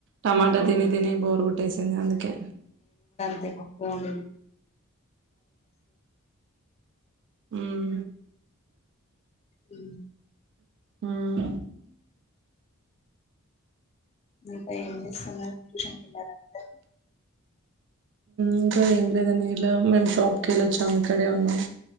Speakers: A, on the right (about 60°); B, on the left (about 30°).
A: టమ అ తిని తిని బోరుకొటేసింది అందుకె
B: త పప్ప వండను
A: ఉమ్
B: అ
A: ఉమ్,
B: ఇంకా ఏం చేస్తున్నారు ట్యూషన్ పిల్లారంతారు
A: ఇంకా ఏం లేదండి ఇలా మేము షాప్కి వెళ్ళొచ్చాం ఇక్కడే ఉన్నాం